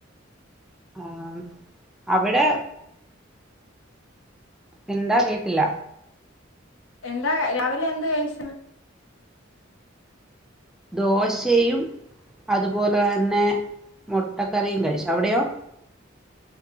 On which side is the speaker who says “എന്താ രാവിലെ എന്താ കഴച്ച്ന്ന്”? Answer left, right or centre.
Left